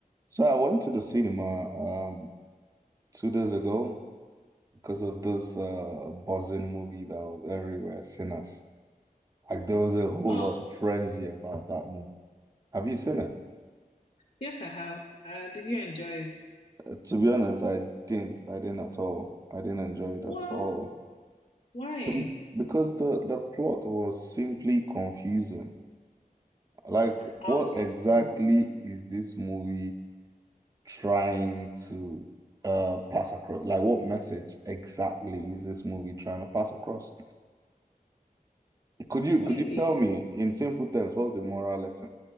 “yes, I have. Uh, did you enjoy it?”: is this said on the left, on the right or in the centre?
Left